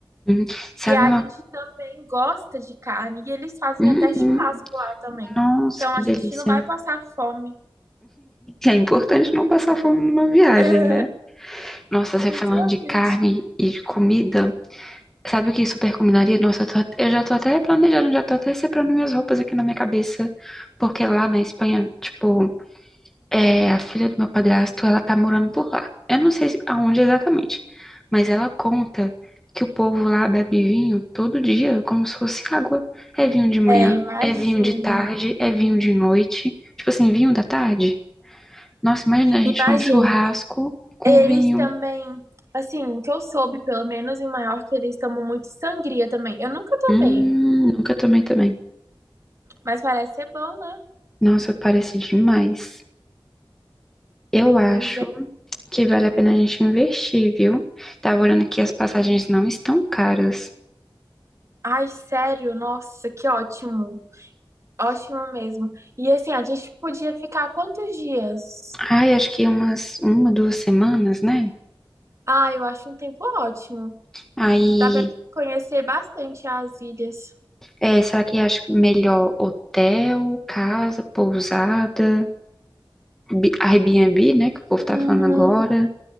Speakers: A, in the centre; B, on the right.
A: Uhum. Sabe
B: E a
A: uma.
B: gente também gosta de carne, e eles fazem
A: Uhum.
B: até churrasco lá também.
A: Nossa,
B: Então
A: que
B: a gente
A: delícia.
B: não vai passar fome.
A: É importante não passar fome numa viagem,
B: <laughs>
A: né? Nossa, você
B: muito
A: falando
B: bacante.
A: de carne e de comida, sabe o que super combinaria? Nossa, eu, tô at- eu já tô até planejando, já tô até separando minhas roupas aqui na minha cabeça, porque lá na Espanha, tipo, É, a filha do meu padrasto, ela tá morando por lá. Eu não sei se- aonde exatamente, mas ela conta que o povo lá bebe vinho todo dia, como se fosse água. É vinho de manhã,
B: É, imagino.
A: é vinho de tarde, é vinho de noite. Tipo assim, vinho da tarde. Nossa, imagina a gente
B: Imagino.
A: num churrasco com
B: Eles
A: vinho.
B: também, assim, o que eu soube, pelo menos em Maiorca, eles tomam muito sangria também. Eu nunca tomei,
A: Hum, nunca tomei também.
B: mas parece ser bom, né?
A: Nossa, parece demais. Eu acho
B: Pois é.
A: que vale a pena a gente investir, viu? Tava olhando que as passagens não estão caras.
B: Ai, sério, nossa, que ótimo. Ótimo mesmo. E assim, a gente podia ficar quantos dias?
A: Ai, acho que umas uma, duas semanas, né?
B: Ah, eu acho um tempo ótimo.
A: Aí,
B: Dá pra conhecer bastante as ilhas.
A: é, será que acho melhor hotel, casa, pousada, Bi- Airbnb, né? Que o povo tá
B: Hum,
A: falando agora.